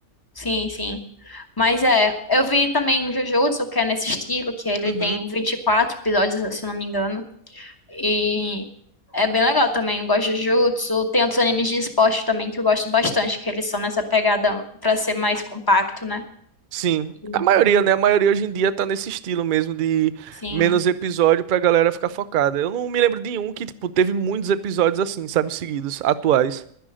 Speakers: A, on the left; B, on the right.
A: sim, sim. Mas é, eu vi também o Jujutsu, que é nesse estilo, que ele
B: Uhum.
A: tem 24 episódios, se eu não me engano. E é bem legal também. Eu gosto de Jujutsu. Tem outros animes de esporte também que eu gosto bastante, que eles são nessa pegada pra ser mais compacto, né?
B: Sim.
A: E,
B: A maioria, né? A maioria hoje em dia tá nesse estilo mesmo de
A: sim.
B: menos episódio pra galera ficar focada. Eu não me lembro de um que, tipo, teve muitos episódios assim, sabe, seguidos, atuais.